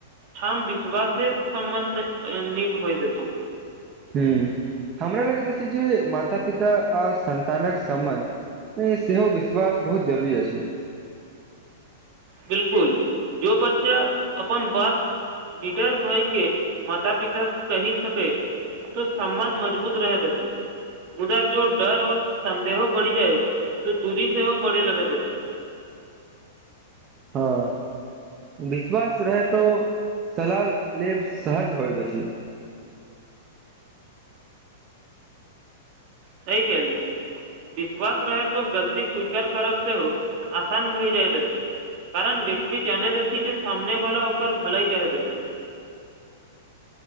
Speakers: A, on the right (about 40°); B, on the right (about 25°).
A: हम विश्वासे सम्बन्ध नीक होइत अछि
B: ह हमरा लगैत अछि जे माता पिता आ सन्तानक सम्बन्ध मे सेहो विश्वास बहुत जरूरी अछि
A: बिलकुल जो बच्चा अपन बात निडर भय के माता पिता सँ कहि सकै तऽ सम्मान मजबूत रहैत अछि मुदा जो डर और संदेहों बढ़ी जाय तो दूरी सेहो बढ़े लगत अछि
B: हँ विश्वास रहै तऽ सलाह लेब सहज होइत अछि
A: सही कहलु विश्वास रहे तो गलती स्वीकार करब सेहो आसान भय जाइत अछि कारण व्यक्ति जानैत अछि जे सामने वाला ओकर भलाइ चाहैत अछि